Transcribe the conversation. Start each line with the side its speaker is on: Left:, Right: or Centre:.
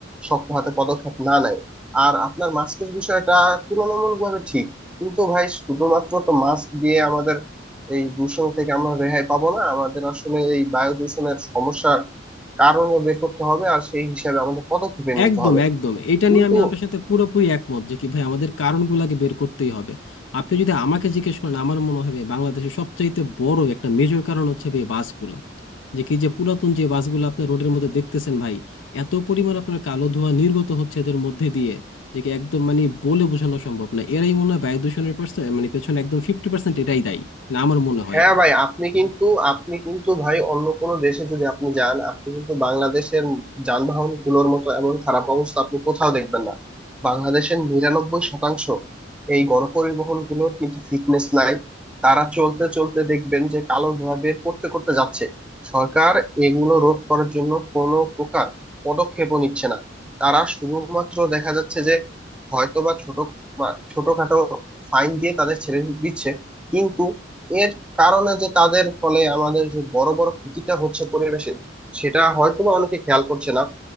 Centre: শক্ত হাতে পদক্ষেপ না নেয় আর আপনার মাস্কের বিষয়টা তুলনামূলক ভাবে ঠিক কিন্তু ভাই শুধুমাত্র তো মাস্ক দিয়ে আমাদের এই দূষণ থেকে আমরা রেহাই পাবো না আমাদের আসলে এই বায়ু দূষণের সমস্যার কারণও বের করতে হবে আর সেই হিসাবে আমাদের পদক্ষেপ নিতে
Left: একদম
Centre: হবে
Left: একদম এটা
Centre: কিন্তু
Left: নিয়ে আমি আপনার সাথে পুরোপুরি একমত যে কি ভাই আমাদের কারণগুলোকে বের করতেই হবে আপনি যদি আমাকে জিজ্ঞেস করেন আমার মনে হবে বাংলাদেশের সবচাইতে বড় একটা মেজর কারণ হচ্ছে ভাই বাসগুলো যে কি যে পুরাতন যে বাসগুলো আপনি রোডের মধ্যে দেখতেছেন ভাই এত পরিমাণ আপনার কালো ধোঁয়া নির্গত হচ্ছে এদের মধ্যে দিয়ে যে কি একদম মানে বলে বোঝানো সম্ভব না এরাই মনে হয় বায়ু দূষণের পার্সেন্ট মানে পেছনে একদম ফিফটি পার্সেন্ট এরাই দায়ী মানে আমার মনে হয়
Centre: হ্যাঁ
Left: এরা
Centre: ভাই আপনি কিন্তু আপনি কিন্তু ভাই অন্য কোনো দেশে যদি আপনি যান আপনি কিন্তু বাংলাদেশের যানবাহন গুলোর মতো এমন খারাপ অবস্থা আপনি কোথাও দেখবেন না বাংলাদেশের নিরানব্বই শতাংশ এই গণপরিবহন গুলোর কিন্তু ফিটনেস নাই তারা চলতে চলতে দেখবেন যে কালো ধোঁয়া বের করতে করতে যাচ্ছে সরকার এগুলো রোধ করার জন্য কোনো প্রকার পদক্ষেপও নিচ্ছে না তারা শুধুমাত্র দেখা যাচ্ছে যে হয়তোবা ছোট মা- ছোটখাটো ফাইন দিয়ে তাদের ছেড়ে দিচ্ছে কিন্তু এর কারণে যে তাদের ফলে আমাদের যে বড় বড় ক্ষতিটা হচ্ছে পরিবেশের সেটা হয়তোবা অনেকে খেয়াল করছে না